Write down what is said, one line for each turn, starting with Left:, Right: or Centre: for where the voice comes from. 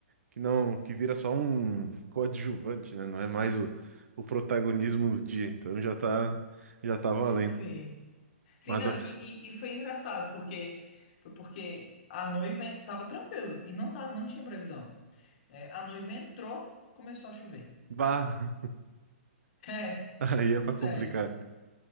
Right: que não que vira só um coadjuvante, né? Não é mais o, o protagonismo do dia, então já tá já tá valendo.
Left: Sim. Sim,
Right: Mas
Left: não,
Right: a-
Left: e, e, e foi engraçado, porque foi porque a noiva tava tranquilo e não tava, não tinha previsão. É, a noiva entrou, começou a chover.
Right: bah,
Left: <laughs> É,
Right: <laughs> aí é pra
Left: sério.
Right: complicar.